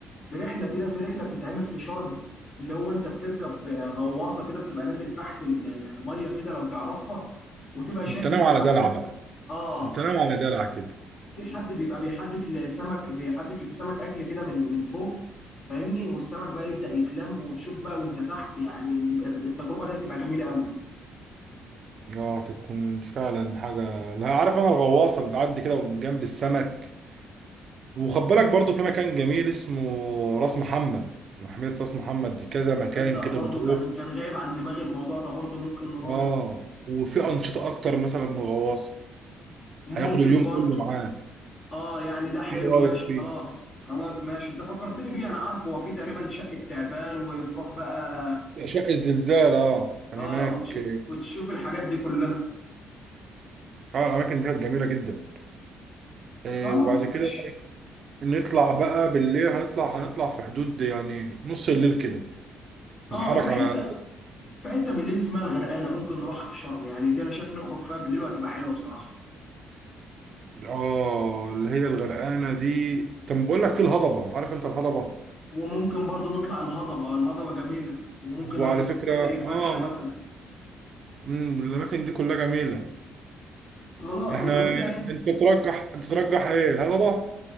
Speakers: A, on the left (about 65°); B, on the right (about 55°).
A: برحله كده في رحله بتتعمل في شرم اللي هو انت بتركب آه، غواصه كده بتبقى نازل تحت الميه كده لو تعرفها وتبقى شايف
B: انت ناوي
A: السمك
B: على دلع
A: فيه.
B: بقى
A: اه
B: انت ناوي على دلع كده
A: في حد بيبقى بيحدف لسمك بيحدف للسمك اكل كده من من فوق فاهمني والسمك بقى يبدأ يتلم وتشوف بقى وانت تحت يعني ال- التجربة دي هتبقى جميلة قوي
B: اه هتكون فعلا حاجة لا عارف انا الغواصة بتعدي كده من جنب السمك وخد بالك برضه في مكان جميل اسمه راس محمد محمية راس محمد دي كذا مكان
A: تصدق
B: كده
A: برضو
B: بتروح
A: كان كان غايب عن دماغي الموضوع ده برضو ممكن نروح
B: اه وفي أنشطة أكتر مثلا من غواصة
A: ممكن
B: هياخدوا اليوم
A: برضو
B: كله معاه
A: اه يعني ده حلو
B: ايه رأيك
A: ماشي
B: فيه؟
A: خلاص خلاص ماشي انت فكرتني بيه انا عارفه هو في تقريبا شقة تعبان وبتروح بقى
B: أشعة الزلزال اه كان
A: اه
B: هناك
A: وتشوف وتشوف الحاجات دي كلها
B: اه الأماكن دي كانت جميلة جدا آه
A: خلاص
B: وبعد
A: ماشي
B: كده نطلع بقى بالليل هنطلع هنطلع في حدود يعني نص الليل كده
A: اه
B: نتحرك
A: في حتة
B: على
A: في حته بالليل اسمها الغرقانه ممكن نروحها في شرم يعني دي انا شايف نخرج فيها بالليل وهتبقى حلوه بصراحه
B: اه اللي هي الغرقانة دي طب بقول لك في الهضبة عارف انت الهضبة
A: وممكن برضو نطلع الهضبه الهضبه جميله وممكن
B: وعلى
A: نروح
B: فكرة
A: في زي فرشه
B: اه
A: مثلا
B: آه. امم الاماكن دي كلها جميله
A: خلاص
B: احنا
A: يبقى كده ايه
B: انت ترجح انت ترجح ايه الهضبه